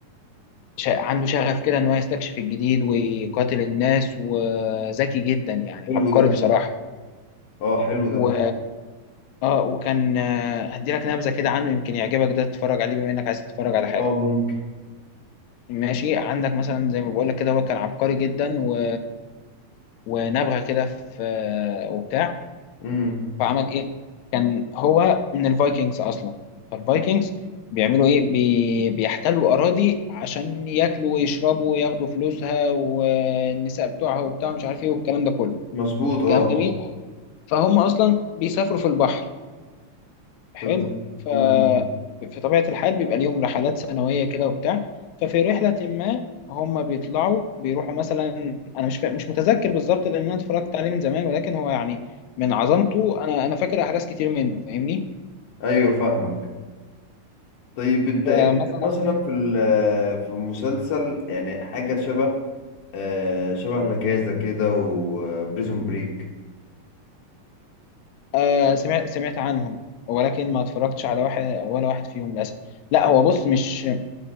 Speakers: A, on the left (about 80°); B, on the left (about 60°).
A: ش- عنده شغف كده ان هو يستكشف الجديد ويقاتل الناس وذكي جدا يعني
B: حلو
A: عبقري
B: ده
A: بصراحة
B: اه حلو
A: و...
B: ده
A: اه وكان آه، هدي لك نبذة كده عنه يمكن يعجبك ده تتفرج عليه بما انك عايز تتفرج على حاجة
B: اه ممكن
A: ماشي عندك مثلا زي ما بقول لك كده هو كان عبقري جدا و... ونبغى كده في آه، وبتاع
B: امم
A: فعمل ايه كان هو من الفايكنجز اصلا فالفايكنجز بيعملوا ايه بي... بيحتلوا اراضي عشان ياكلوا ويشربوا وياخدوا فلوسها والنساء بتوعها وبتاع مش عارف ايه والكلام ده كله
B: مظبوط اه
A: كلام جميل فهم اصلا بيسافروا في البحر
B: تمام
A: حلو ف
B: امم
A: في طبيعة الحال بيبقى ليهم رحلات سنوية كده وبتاع ففي رحلة ما هم بيطلعوا بيروحوا مثلا انا مش فا... مش متذكر بالظبط لان انا اتفرجت عليه من زمان ولكن هو يعني من عظمته انا انا فاكر احداث كتير منه فاهمني
B: ايوه فاهمك طيب انت
A: فمثلا
B: ايه رأيك مثلا في ال- في مسلسل يعني حاجة شبه آه، شبه لكازا كده وبريزون بريك
A: آه، سمعت سمعت عنهم ولكن ما اتفرجتش على واحد ولا واحد فيهم للاسف لا هو بص مش م-